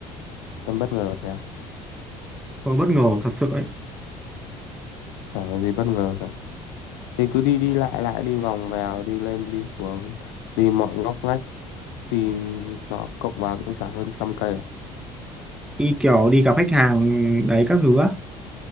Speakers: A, on the left; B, in the centre.
A: em bất ngờ thế à
B: Tôi bất ngờ thật sự ấy
A: chả có gì bất ngờ cả thì cứ đi đi lại lại đi vòng vèo đi lên đi xuống đi mọi ngóc ngách thì nó cộng vào cũng chả hơn trăm cây à.
B: đi kiểu đi gặp khách hàng đấy các thứ á